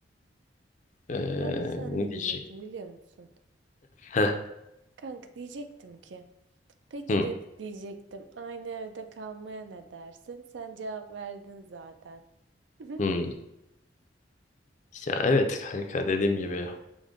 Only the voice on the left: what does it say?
E,
ne
diyecek?
Heh,
hı,
hı. Ya evet kanka dediğim gibi